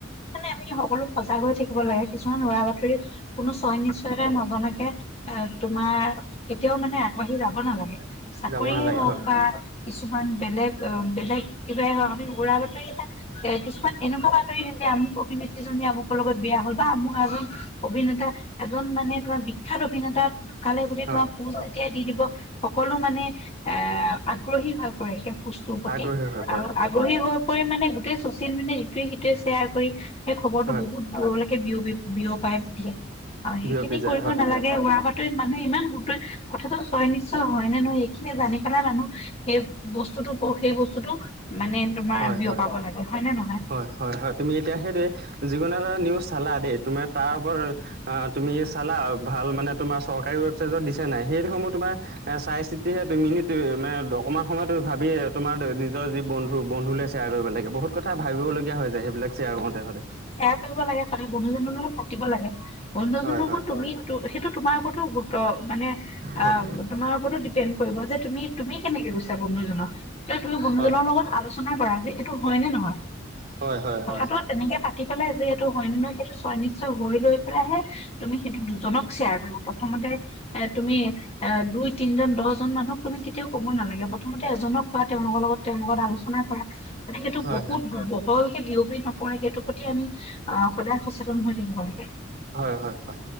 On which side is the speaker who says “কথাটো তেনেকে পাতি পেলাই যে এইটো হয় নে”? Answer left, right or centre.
Left